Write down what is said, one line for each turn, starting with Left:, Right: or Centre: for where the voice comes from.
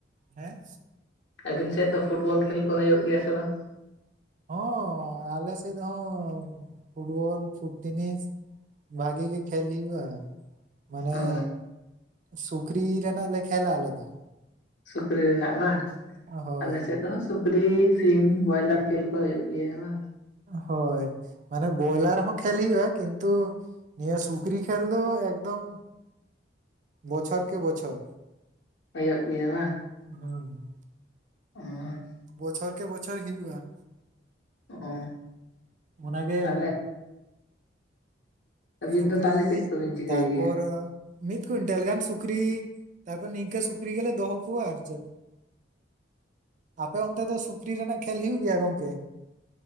Right: ᱦᱮᱸ
Left: ᱟᱹᱵᱤᱱ ᱥᱮᱫ ᱫᱚ ᱯᱷᱩᱴᱵᱚᱞ ᱠᱷᱮᱞ ᱠᱚ ᱦᱩᱭᱩᱜ ᱜᱮᱭᱟ ᱥᱮ ᱵᱟᱝ?
Right: ᱦᱚᱸ ᱟᱞᱮ ᱥᱮᱫ ᱦᱚᱸ ᱯᱷᱩᱴᱵᱚᱞ ᱯᱷᱩᱴ ᱴᱮᱱᱤᱥ, ᱵᱷᱟᱹᱜᱤ ᱜᱮ ᱠᱷᱮᱞ ᱦᱩᱭᱩᱜᱼᱟ᱾ ᱢᱟᱱᱮ
Left: ᱚ
Right: ᱥᱩᱠᱨᱤ ᱨᱮᱱᱟᱜ ᱞᱮ ᱠᱷᱮᱞᱟ ᱟᱞᱮ ᱫᱚ᱾
Left: ᱥᱩᱠᱨᱤ ᱨᱮᱱᱟᱜ ᱵᱟᱝ,
Right: ᱦᱳᱭ
Left: ᱟᱞᱮ ᱥᱮᱫ ᱫᱚ ᱥᱩᱠᱨᱤ, ᱥᱤᱢ, ᱵᱚᱭᱞᱟᱨ, ᱠᱷᱮᱞ ᱠᱚ ᱦᱩᱭᱩᱜ ᱜᱮᱭᱟ ᱵᱟᱝ?
Right: ᱦᱳᱭ ᱢᱟᱱᱮ ᱵᱚᱭᱞᱟᱨ ᱦᱚᱸ ᱠᱷᱮᱞ ᱦᱩᱭᱩᱜᱼᱟ, ᱠᱤᱱᱛᱩ ᱱᱤᱭᱟᱹ ᱥᱩᱠᱨᱤ ᱠᱷᱮᱞ ᱫᱚ ᱮᱠᱫᱚᱢ ᱵᱚᱪᱷᱚᱨ ᱠᱮ ᱵᱚᱪᱷᱚᱨ
Left: ᱦᱳᱭᱚᱜ ᱜᱮᱭᱟ ᱵᱟᱝ,
Right: ᱦᱳᱭ
Left: <inaudible>
Right: ᱵᱚᱪᱷᱚᱨ ᱠᱮ ᱵᱚᱪᱷᱚᱨ ᱦᱩᱭᱩᱜᱼᱟ᱾
Left: ᱚ
Right: ᱚᱱᱟ ᱜᱮ
Left: ᱛᱟᱦᱚᱞᱮ ᱟᱹᱵᱤᱱ
Right: ᱥᱩᱠᱨᱤ
Left: ᱫᱚ ᱛᱟᱦᱚᱞᱮ ᱪᱮᱫ ᱠᱚᱵᱤᱱ ᱪᱤᱠᱟᱹᱭ
Right: ᱛᱟᱨᱯᱚᱨ
Left: ᱜᱮᱭᱟ?
Right: ᱢᱤᱫ ᱠᱩᱭᱤᱱᱴᱟᱞ ᱜᱟᱱ ᱥᱩᱠᱨᱤ ᱛᱟᱯᱚᱨ ᱱᱤᱝᱠᱟᱹ ᱥᱩᱠᱨᱤ ᱜᱮᱞᱮ ᱫᱚᱦᱚ ᱠᱚᱣᱟ ᱟᱨ ᱪᱮᱫ᱾ ᱟᱯᱮ ᱚᱱᱛᱮ ᱫᱚ ᱥᱩᱠᱨᱤ ᱨᱮᱱᱟᱜ ᱠᱷᱮᱞ ᱦᱳᱭᱳ ᱜᱮᱭᱟ ᱜᱚᱢᱠᱮ?